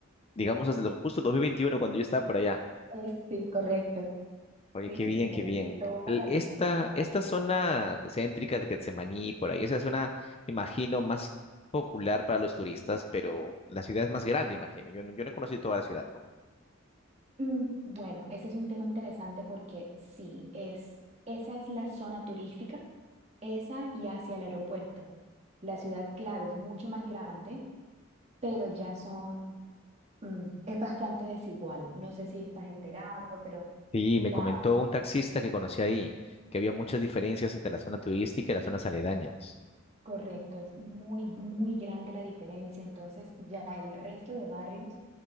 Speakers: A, on the left; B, on the right.
A: Digamos, desde lo- justo 2021, cuando yo estaba por allá.
B: Es, sí, correcto.
A: Oye,
B: Sí,
A: qué
B: sí,
A: bien,
B: sí.
A: qué
B: Lo viví
A: bien.
B: toda
A: El-
B: la
A: esta,
B: vida. mi
A: esta
B: familia
A: zona
B: también.
A: céntrica de Getsemaní, por ahí, esa zona, imagino, más popular para los turistas, pero la ciudad es más grande, imagino. Yo no, yo no he conocido toda la ciudad, ¿no?
B: Mm, Bueno, ese es un tema interesante porque sí, es, esa es la zona turística, esa y hacia el aeropuerto. La ciudad, claro, es mucho más grande, pero ya son, mm, es bastante desigual. No sé si estás enterado, pero
A: Sí, me
B: la,
A: comentó un taxista que conocí ahí, que había muchas diferencias entre la zona turística y las zonas aledañas.
B: Correcto, es muy, muy grande la diferencia. Entonces, ya el resto de barrios